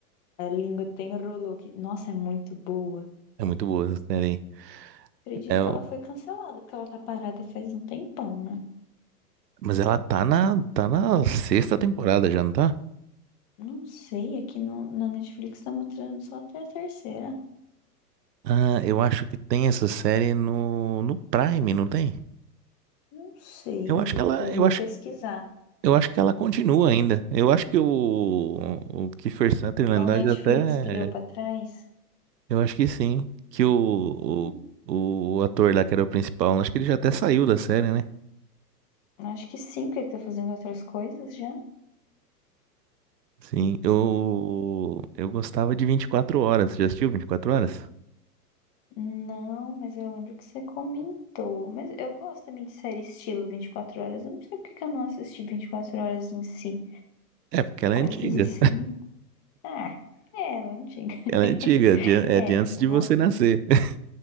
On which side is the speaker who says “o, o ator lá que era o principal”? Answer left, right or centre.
Right